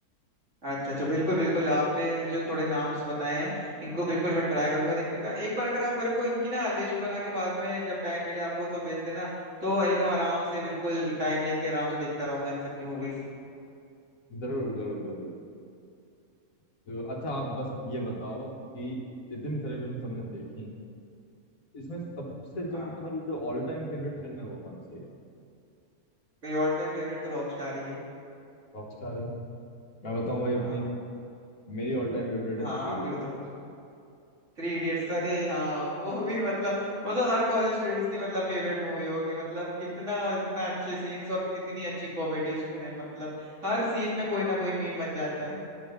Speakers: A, on the right; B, on the left.
A: अच्छा अच्छा बिल्कुल बिल्कुल आपने जो थोड़े नाम्स बताए हैं इनको बिल्कुल मैं ट्राई करूंगा देखने का एक बार अगर आप मेरे को इनकी ना लिस्ट बना के बाद में जब टाइम मिले आपको तो भेज देना तो एकदम आराम से बिल्कुल टाइम लेके आराम से देखता रहूंगा इन सब की मूवीज
B: जरूर जरूर जरूर जरूर। तो अच्छा आप बस ये बताओ कि इतनी सारी फिल्म तुमने देखी इसमें सबसे
A: हाँ
B: जो तुम्हारी जो ऑल टाइम फेवरेट फिल्म है वो कौन सी है
A: मेरी ऑल टाइम फेवरेट तो रॉक स्टार ही है
B: रॉकस्टार है मैं बताऊं भाई अपनी
A: हाँ
B: मेरी ऑल टाइम फेवरेट
A: हाँ
B: है थ्री
A: आप
B: इडियट
A: भी हो तो थ्री इडियट्स अरे हाँ वो भी मतलब वो तो हर कॉलेज स्टूडेंट्स की मतलब फेवरेट मूवी होगी मतलब कितना इतना अच्छे सीन्स और इतनी अच्छी कॉमेडी उसमें है मतलब हर सीन में कोई ना कोई मीम बन जाता है